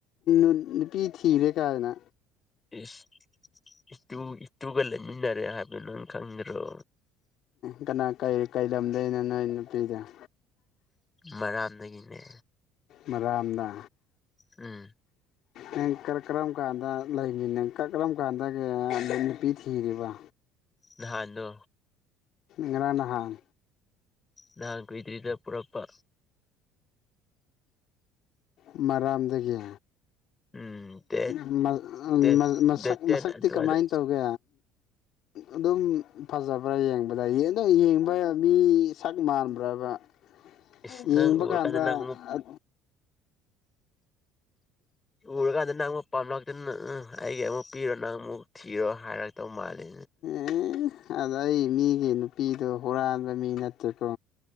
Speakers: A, on the left; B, on the left.
A: ꯎꯠ ꯅꯨꯄꯤ ꯊꯤꯔꯦ ꯀꯥꯏꯅ
B: ꯏꯁ ꯏꯇꯨ ꯏꯇꯨꯒ ꯂꯩꯃꯤꯟꯅꯔꯦ ꯍꯥꯏꯕꯗꯨ ꯅꯪ ꯈꯪꯗ꯭ꯔꯣ
A: ꯀꯅꯥ ꯀꯩ ꯀꯩ ꯂꯝꯗꯩꯅꯣ ꯅꯣꯏ ꯅꯨꯄꯤꯗꫭ
B: ꯃꯔꯥꯝꯗꯒꯤ ꯅꯦ
A: ꯃꯔꯥꯝꯗꯥ
B: ꯎꯝ
A: ꯅꯪ ꯀꯔ ꯀꯔꯝ ꯀꯥꯟꯗ ꯂꯩꯔꯤ ꯅ ꯀꯔ ꯀꯔꯝ ꯀꯥꯟꯗ ‌ꯀꯩ ꯑ ꯅꯨꯄꯤ ꯊꯤꯔꯤꯕ
B: ꯅꯍꯥꯟꯅꯣ
A: ꯉꯔꯥꯡ ꯅꯍꯥꯟ
B: ꯅꯍꯥꯟ ꯀꯨꯏꯗ꯭ꯔꯤꯗ ꯄꯨꯔꯛꯄ
A: ꯃꯔꯥꯝꯗꯒꯤ
B: ꯎꯝ ꯗꯦꯠ
A: ꯃ ꯑ
B: ꯗꯦꯠ
A: ꯃꯁꯛ
B: ꯗꯦꯠ
A: ꯃꯁꯛꯇꯤ
B: ꯇꯦꯟ ꯑꯗꯨꯋꯥꯏꯗ
A: ꯀꯃꯥꯏꯅ ꯇꯧꯒꯦ ꯑꯗꯨꯝ ꯐꯖꯕ꯭ꯔꯥ ꯌꯦꯡ ꯕꯗꯥ ꯌꯦ ꯑꯗꯨꯝ ꯌꯦꯡꯕ ꯃꯤ ꯁꯛ ꯃꯥꯟꯕ꯭ꯔꯕ
B: ꯏꯁ
A: ꯌꯦꯡꯕ
B: ꯅꯪ ꯎꯔꯀꯥꯟꯗ
A: ꯀꯥꯟꯗ
B: ꯅꯪ
A: ꯑ
B: ꯎꯔꯀꯥꯟꯗ ꯅꯪ ꯑꯃꯨꯛ ꯄꯥꯝꯂꯛꯇꯅ ꯎꯝ ꯑꯩꯒꯤ ꯑꯃꯨꯛ ꯄꯤꯔꯣ ꯅꯪ ꯑꯃꯨꯛ ꯊꯤꯔꯣ ꯍꯥꯏꯔꯛꯇꯧ ꯃꯥꯜꯂꯤ
A: ꯑꯦ ꯑꯗ ꯑꯩ ꯃꯤꯒꯤ ꯅꯨꯄꯤꯗꯣ ꯍꯨꯔꯥꯟꯕ ꯃꯤ ꯅꯠꯇꯦꯀꯣ